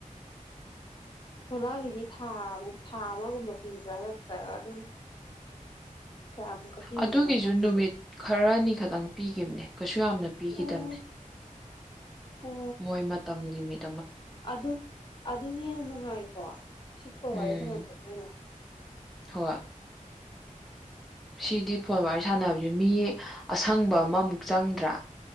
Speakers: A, on the left; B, in the centre.
A: ꯃꯃꯥꯡꯒꯤꯗꯤ ꯊꯥ ꯊꯥ ꯑꯃꯒꯨꯝꯕ ꯄꯤꯕ꯭ꯔꯥ ꯅꯠꯇ꯭ꯔꯒ ꯑꯗꯨꯝ ꯀꯌꯥꯃꯨꯛꯀ ꯄꯤꯒꯦ
B: ꯑꯗꯨꯒꯤꯁꯨ
A: ꯃꯃꯥꯡꯒꯤꯗꯤ
B: ꯅꯨꯃꯤꯠ ꯈꯔꯅꯤ ꯈꯛꯇꯪ ꯄꯤꯈꯤꯕꯅꯦ ꯀꯩꯁꯨ ꯌꯥꯝꯅ ꯄꯤꯈꯤꯗꯕꯅꯦ
A: ꯑꯣ ꯑꯣ
B: ꯃꯣꯏ ꯃꯇꯝ ꯅꯨꯃꯤꯠ
A: ꯑꯗꯨ ꯑꯗꯨꯅ ꯍꯦꯟꯅ ꯅꯨꯡꯉꯥꯏꯀꯣ ꯁꯤ ꯀꯣꯜ
B: ꯎꯝ
A: ꯋꯥꯔꯤ ꯁꯥꯟꯅꯕꯒꯤ ꯍꯦꯟꯅ
B: ꯍꯣꯏ ꯁꯤꯗꯤ ꯐꯣꯣꯟ ꯋꯥꯔꯤꯔ ꯁꯥꯟꯅꯕꯁꯦ ꯃꯤ ꯑꯁꯪꯕ ꯑꯃꯃꯨꯛ ꯆꯪꯗ꯭ꯔꯥ